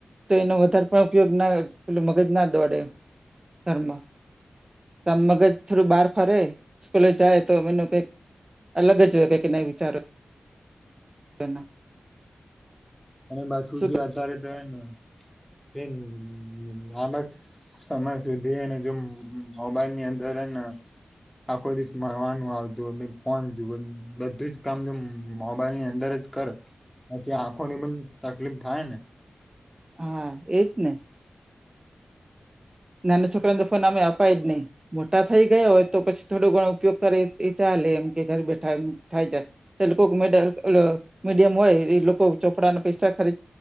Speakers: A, on the right; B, in the centre.
A: તો એનો વધારે પણ, ઉપયોગ ના હોય. પેલું મગજ ના દોડે ઘરમાં. ત મગજ થોડું બહાર ફરે સ્કૂલે જાય. તો એમ કઈ, અલગ જ હોય કંઈક એના વિચારો. તેમ.
B: અને પાછુ
A: શું
B: જે અત્યારે તો તેને. તેમ લાંબા સમય સુધી અને જો મોબાઈલની અંદર હેને આખો દિવસ ભણવાનું આવતું ફોન જુવે બધું જ કામ જો મોબાઈલ ની અંદર જ કરે પછી આંખોની પણ તકલીફ થાય ને.
A: હા એ જ ને. નાના છોકરા ને ફોન આમેય આપાય જ નહી. મોટા થઈ ગયા હોય તો પછી થોડો ઘણો ઉપયોગ કરે એ ચાલે એમ કે ઘર બેઠા એમ થાય જાય. એ લોકો મિડલ ઓલા મીડિયમ હોય એ લોકો ચોપડાના પૈસા ખરી